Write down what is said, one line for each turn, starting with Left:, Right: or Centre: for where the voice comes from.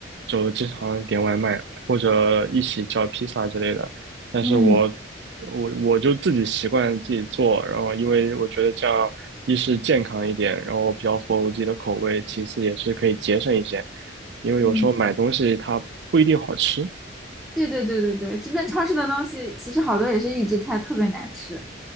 Right: 就经常点外卖或者一起叫披萨之类的，但是我
Centre: 嗯
Right: 我我就自己习惯自己做，然后因为我觉得这样一是健康一点，然后比较符合我自己的口味，其次也是可以节省一些，因为有时候买东西它不一定好吃，
Centre: 嗯，对对对对对，这边超市的东西其实好多也是预制菜，特别难吃。